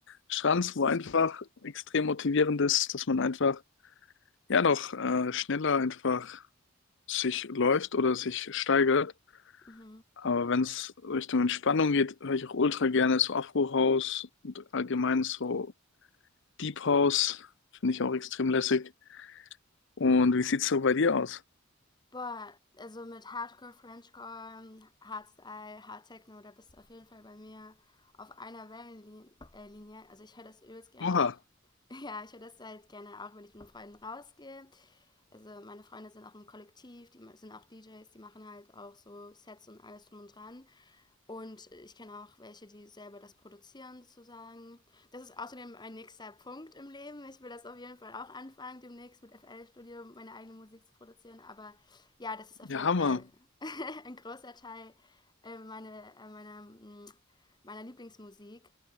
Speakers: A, on the left; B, on the left.
A: Schranz, wo einfach extrem motivierend ist, dass man einfach ja noch äh, schneller einfach sich läuft oder sich steigert.
B: Mhm.
A: Aber wenn es Richtung Entspannung geht, höre ich auch ultra gerne so Afro House und allgemein so Deep House finde ich auch extrem lässig. Und wie sieht's so bei dir aus?
B: Boah, also mit Hardcore, Frenchcore, Hardstyle, Hardtechno, da bist du auf jeden Fall bei mir auf einer Wellenlinie. Also ich höre das übelst gern
A: Oha,
B: auch. <laughs> Ja, ich höre das halt gerne auch, wenn ich mit Freunden rausgehe. Also meine Freunde sind auch im Kollektiv, die ma- sind auch DJs, die machen halt auch so Sets und alles drum und dran. Und ich kenne auch welche, die selber das produzieren, sozusagen. Das ist außerdem ein nächster Punkt im Leben. Ich will das auf jeden Fall auch anfangen, demnächst mit FL-Studium meine eigene Musik zu produzieren. Aber ja, das ist auf
A: ja
B: jeden
A: Hammer.
B: Fall <laughs> ein großer Teil äh, meine, äh, meiner, mm, meiner Lieblingsmusik.